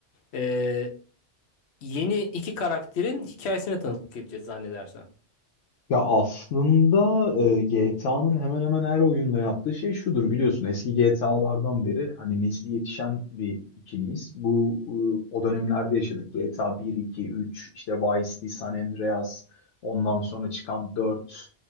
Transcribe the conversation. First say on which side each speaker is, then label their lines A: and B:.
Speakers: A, on the left; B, on the left.
A: e, yeni iki karakterin hikayesine tanıklık edeceğiz zannedersem.
B: Ya aslında GTA'nın hemen hemen her oyunda yaptığı şey şudur biliyorsun eski GTA'lardan beri hani nesli yetişen bir ikiliyiz. Bu e, o dönemlerde yaşadık. GTA 1, 2, 3 işte Vice City, San Andreas ondan sonra çıkan 4